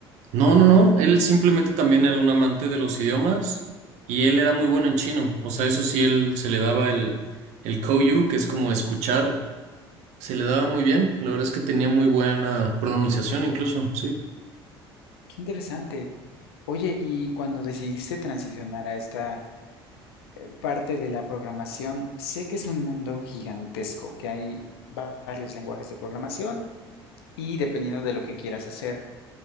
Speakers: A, on the right; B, on the left.
A: No, no, no, él simplemente también era un amante de los idiomas y él era muy bueno en chino. O sea, eso sí, él se le daba el, el Kouyu, que es como escuchar, se le daba muy bien. La verdad es que tenía muy buena pronunciación incluso, sí.
B: Qué interesante. Oye, y cuando decidiste transicionar a esta eh, parte de la programación, sé que es un mundo gigantesco, que hay va- varios lenguajes de programación y dependiendo de lo que quieras hacer.